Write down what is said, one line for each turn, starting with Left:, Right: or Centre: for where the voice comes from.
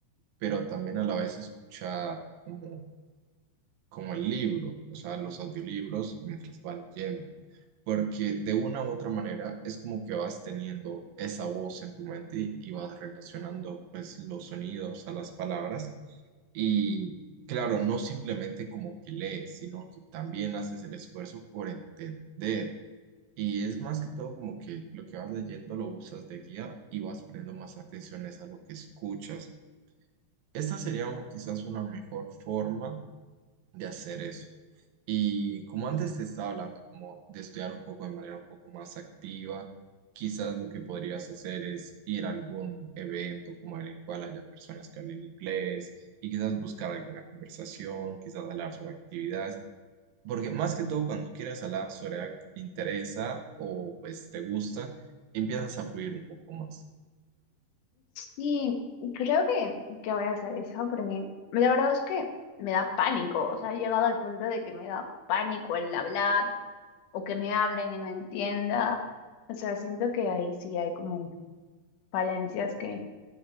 Right: pero también a la vez escuchar como, como el libro, o sea, los audiolibros mientras van leyendo, porque de una u otra manera es como que vas teniendo esa voz en tu mente y y vas relacionando pues los sonidos a las palabras. Y claro, no simplemente como que lees, sino que también haces el esfuerzo por entender. Y es más que todo como que lo que vas leyendo lo usas de guía y vas poniendo más atenciones a lo que escuchas. Esta sería o- quizás una mejor forma de hacer eso. Y como antes te estaba hablando, como de estudiar un poco de manera un poco más activa, quizás lo que podrías hacer es ir a algún evento como en el cual haya personas que hablen inglés y quizás buscar alguna conversación, quizás hablar sobre actividades, porque más que todo cuando quieres hablar sobre algo que te interesa o pues te gusta, empiezas a fluir un poco más.
Left: Sí, creo que, que voy a hacer eso, porque la verdad es que me da pánico, o sea, he llegado al punto de que me da pánico el hablar o que me hablen y no entienda. O sea, siento que ahí sí hay como falencias que